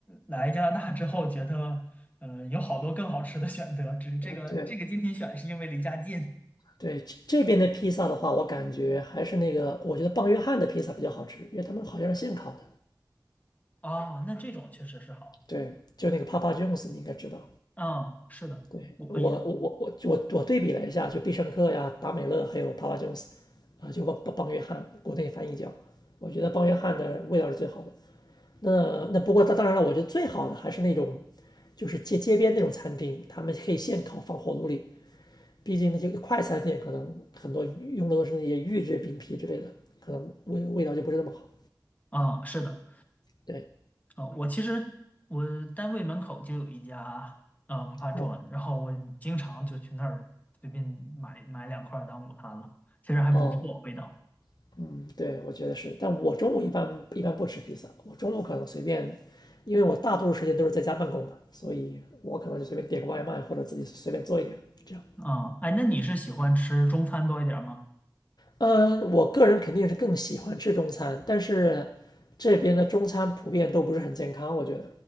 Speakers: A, on the left; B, on the left.
A: 来加拿大之后觉得，嗯，有好多更好吃的选择，只是这个这个今天选是因为离家近。
B: 啊，对对，这这边的披萨的话，我感觉还是那个，我觉得棒约翰的披萨比较好吃，因为他们好像是现烤的。
A: 啊，那这种确实是好。
B: 对，就那个 Papa John's，你应该知道。
A: 嗯，是的，
B: 对，
A: 我我也
B: 我我我我我我对比了一下，就必胜客呀、达美乐还有 Papa John's，啊、就棒棒棒约翰，国内翻译叫，我觉得棒约翰的味道是最好的。那那不过当当然了，我觉得最好的还是那种，就是街街边那种餐厅，他们可以现烤放火炉里。毕竟那些快餐店可能很多用的都是那些预制饼皮之类的，可能味味道就不是那么好。
A: 啊，是的，
B: 对，
A: 啊，我其实我单位门口就有一家啊 Papa
B: 哦
A: John，然后我经常就去那儿随便买买两块儿当午餐了，其实还不错，
B: 哦，
A: 味道。
B: 嗯，对，我觉得是。但我中午一般一般不吃披萨，我中午可能随便，因为我大多数时间都是在家办公嘛，所以我可能就随便点个外卖或者自己随便做一点这样。
A: 啊，哎，那你是喜欢吃中餐多一点儿吗？
B: 嗯，我个人肯定是更喜欢吃中餐，但是这边的中餐普遍都不是很健康，我觉得